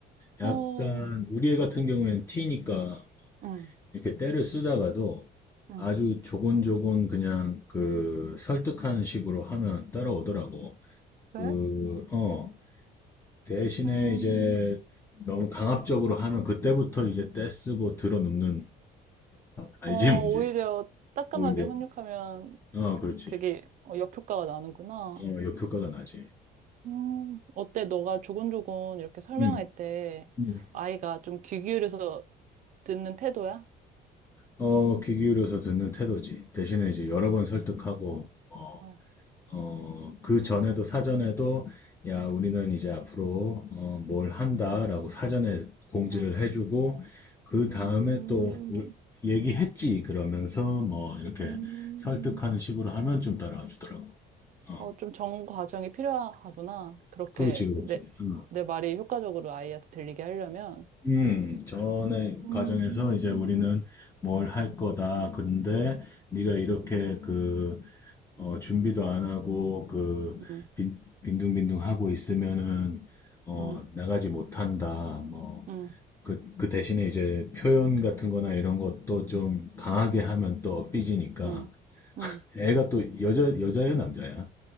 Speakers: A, on the left; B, on the right.
A: 약간,
B: 어,
A: 우리 애 같은
B: 응,
A: 경우에는 T니까,
B: 응,
A: 이렇게 때를 쓰다가도,
B: 응.
A: 아주 조곤조곤 그냥 그 설득하는 식으로 하면 따라오더라고. 그,
B: 그래?
A: 어, 대신에
B: 음,
A: 이제 너무 강압적으로 하면 그때부터 이제 떼쓰고 들어눕는, 알지
B: 어,
A: 뭔지?
B: 오히려 따끔하게
A: 오히려.
B: 훈육하면
A: 어, 그렇지.
B: 그게 어, 역효과가 나는구나.
A: 어, 역효과가 나지.
B: 음, 어때? 너가 조곤조곤 이렇게 설명할
A: 응.
B: 때
A: 응.
B: 아이가 좀 귀 기울여서 듣는 태도야?
A: 어, 귀 기울여서 듣는 태도지. 대신에 이제 여러 번 설득하고, 어,
B: 어,
A: 어, 그 전에도 사전에도 야,
B: 음,
A: 우리는 이제 앞으로 어, 뭘 한다라고 사전에 공지를
B: 음,
A: 해주고 그
B: 음,
A: 다음에 또 우-
B: 음,
A: 얘기했지 그러면서 뭐 이렇게
B: 음.
A: 설득하는 식으로 하면 좀 따라와 주더라고. 어,
B: 어, 좀 정원 과정이 필요하구나. 그렇게
A: 그렇지, 그렇지.
B: 내,
A: 음,
B: 내 말이 효과적으로 아이한테 들리게 하려면.
A: 음, 전에
B: 음,
A: 과정에서 이제 우리는
B: 음,
A: 뭘 할 거다. 그런데 네가 이렇게 그 어, 준비도 안 하고 그
B: 음,
A: 빈, 빈둥빈둥 하고 있으면은 어,
B: 음,
A: 나가지 못한다. 뭐
B: 음,
A: 그, 그 대신에 이제 표현 같은 거나 이런 것도 좀 강하게 하면 또 삐지니까
B: 음. 음.
A: 애가 또 여자 여자예요, 남자야?